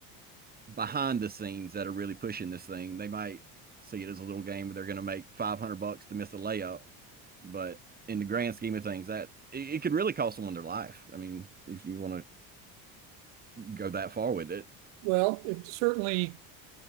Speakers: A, on the right; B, on the right.
A: behind the scenes that are really pushing this thing. They might see it as a little game where they're going to make 500 bucks to miss a layup, but in the grand scheme of things, that it, it could really cost someone their life. I mean, if you want to go that far with it,
B: Well, it certainly